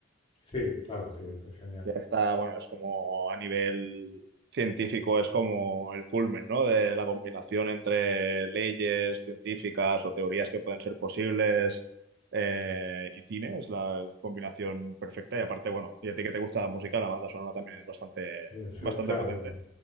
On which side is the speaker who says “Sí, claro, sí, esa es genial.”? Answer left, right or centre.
Left